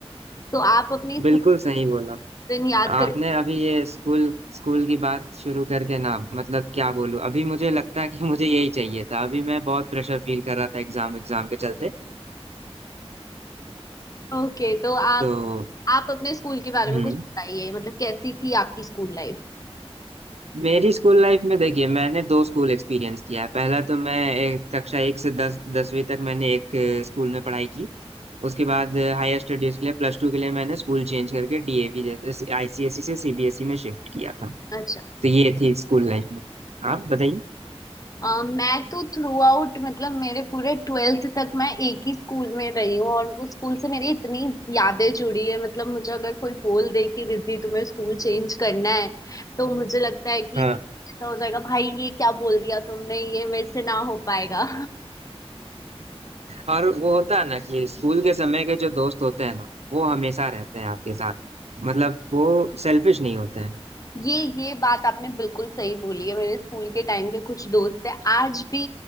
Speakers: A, on the left; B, on the right.
A: तो आप अपने स्कूल
B: बिल्कुल सही बोला
A: के दिन याद करते
B: आपने अभी ये स्कूल स्कूल की बात शुरू करके ना मतलब क्या बोलूँ अभी मुझे लगता है कि मुझे यही चाहिए था अभी मैं बहुत प्रेशर फील कर रहा था एग्जाम एग्जाम के चलते
A: हो ओके तो आप
B: तो
A: आप अपने स्कूल के बारे
B: हम्म
A: में कुछ बताइए मतलब कैसी थी आपकी स्कूल लाइफ
B: मेरी स्कूल लाइफ में देखिए मैंने दो स्कूल एक्सपीरियंस किया है पहला तो मैं एक, कक्षा एक से दस दसवीं तक मैंने एक अ, स्कूल में पढ़ाई की उसके बाद हायर स्टडीज के लिए प्लस टू के लिए मैंने स्कूल चेंज करके डीएवी जैसे आईसीएसई से सीबीएसई में शिफ्ट किया था
A: अच्छा
B: तो ये थी स्कूल लाइफ में आप बताइए
A: अ, मैं तो थ्रू आउट मतलब मेरे पूरे ट्वेल्थ तक मैं एक ही स्कूल में रही हूँ और उस स्कूल से मेरी इतनी यादें जुड़ी है मतलब मुझे अगर कोई बोल दे कि रिद्धि तुम्हें स्कूल चेंज करना है तो मुझे लगता है कि
B: हाँ
A: ऐसा हो जाएगा भाई ये क्या बोल दिया तुमने ये मेरे से ना हो पाएगा
B: और वो होता है ना कि स्कूल के समय के जो दोस्त होते हैं ना वो हमेशा रहते हैं आपके साथ मतलब वो सेल्फिश नहीं होते हैं
A: ये ये बात आपने बिल्कुल सही बोली है मेरे स्कूल के टाइम के कुछ दोस्त हैं आज भी